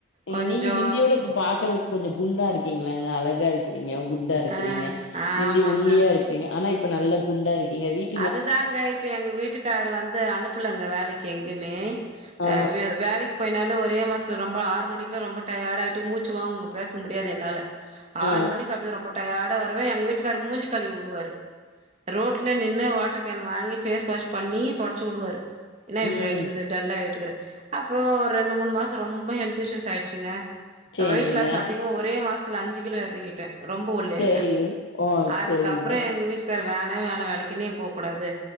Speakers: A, on the left (about 65°); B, on the right (about 35°).
A: எங்க
B: கொஞ்சோ
A: நீங்க மிந்தியோட இப்ப பாக்குறதுக்கு கொஞ்சோ குண்டா இருக்கீங்களாங்க அழகா இருக் க்குறீங்க குண்டா இருக்கிறீங்க
B: ஆ ஆமாங்க.
A: முந்தி ஒல்லியா இருப்பீங்க ஆனா இப்ப நல்லா குண்டா இருக்கீங்க வீட்
B: அதுதாங்க இப்ப எங்க வீட்டுக்காரு வந்து அனுப்புலங்க வேலைக்கு எங்கேயுமே <unintelligible>
A: ஆ
B: வேலைக்கு போய்னால ஒரே மாசத்துல ரொம்ப ஆறு மணிக்கல ரொம்ப டயர்ட்டா ஆயிட்டு மூச்சு வாங்கு பேச முடியாது என்னால
A: ஆ
B: ஆறு மணிக்கு அப்டியே ரொம்ப டயர்டா வருவ எங்க வீட்டுக்காரு மூஞ்சி கழுவி விடுவாரு ரோட்ல நின்னு நின்னு வாட்டர் கேன் வாங்கி பேஸ் வாஷ் பண்ணி தொடச் உடுவாரு என்ன
A: ம்
B: இப்டி ஆய்ட்டுகுது டல்லாயிட்டுக்குற அப்றோ ஒரு ரெண்டு மூணு மாசோ ரொம்ப ஹெல்த் இஸ்யூஸ் ஆயிடுச்சுங்க
A: சேரிங்க
B: அ வெயிட் லாஸ் அதிகமா ஒரே மாஸ்த்ல அஞ்சு கிலோ இறங்கி டே ரொம்ப ஒல்லி ஆய்ட்டே
A: சேரிங்க ஆ
B: அதுக்கப்றோ
A: சேரிங்க
B: எங்க வீட் காரு வேணவே வேண வேலைக்கு நீ போ கூடாது